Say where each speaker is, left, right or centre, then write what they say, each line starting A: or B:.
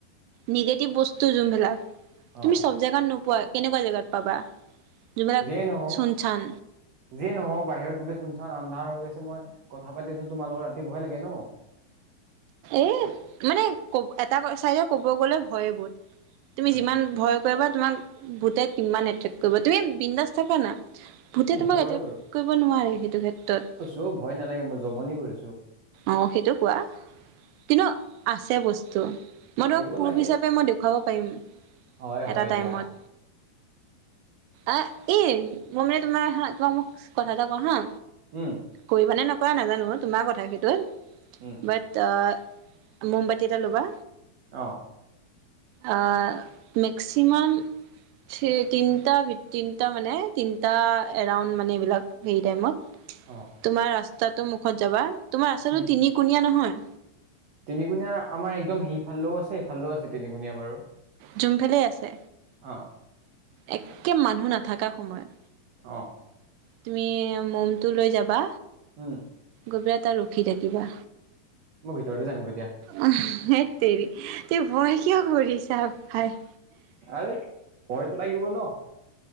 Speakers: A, on the right; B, on the right.
A: নিগেটিভ বস্তু যোনবিলাক, তুমি
B: অ',
A: চব জেগাত নোপোৱা কেনেকুৱা জেগাত পাবা? যোনবিলাক
B: যিয়ে নহওঁক।
A: চুনচান
B: যিয়ে নহওক বাহিৰত গোটেই চুনচান আন্ধাৰ হৈ আছে, মই কথা পাতি আছো তোমাৰ লগত ৰাতি ভয় লাগে ন।
A: এই মানে কব এটা চাইদে ক'ব গ'লে ভয় এইবোৰ। তুমি
B: উম,
A: যিমান ভয় কৰিবা তোমাক ভূটে সিমান এট্ৰেক্ট কৰিব, তুমি বিন্দাস থাকা না। ভূতে
B: এ সেইটো
A: তোমাক এটেক
B: হয়
A: কৰিব নোৱাৰে সেইটো ক্ষেত্ৰত।
B: ঐ ভয় নালাগে মই জমনি কৰিছো।
A: অঁ, সেইটো কোৱা। কিন্তু আছে বস্তু, মই
B: থাকিব
A: তোমাক প্ৰুফ
B: লাগে।
A: হিচাপে মই দেখুৱাব পাৰিম।
B: হয়
A: এটা
B: হয়
A: টাইমত
B: দিয়া।
A: আ এই, মই মানে তোমাৰ হা তোমাক মোক কথা এটা ক‌ও হা।
B: উম।
A: কৰিবা নে নকৰা নাজানো তোমাৰ কথা সেইটো।
B: উম।
A: বাট আ‍ঁ, মমবাতি এটা ল'বা।
B: অঁ
A: আঁ মেক্সিমাম থ্ৰি তিনটা তিনটা মানে তিনটা এৰাউণ্ড মানে এইবিলাক হেই টাইমত
B: অ‍ঁ
A: তোমাৰ ৰাস্তাটো মুখত যাবা, তোমাৰ ৰাস্তাটো
B: উম
A: তিনিকোণীয়া নহয়?
B: তিনিকুণীয়া আমাৰ একদম সেইফালেও আছে এইফালেও আছে তিনিকুণীয়া বাৰু।
A: জোনফালেই আছে।
B: অঁ
A: একে মানুহ নাথাকা সময়ত।
B: অঁ
A: তুমি মমটো লৈ যাবা।
B: উম
A: গৰু এটা ৰখি থাকিবা।
B: মই ভিতৰতে যামগৈ এতিয়া।
A: অ সেততেৰি তুমি ভয় কিয় কৰিছা ভাই।
B: আৰে ভয়টো লাগিব ন।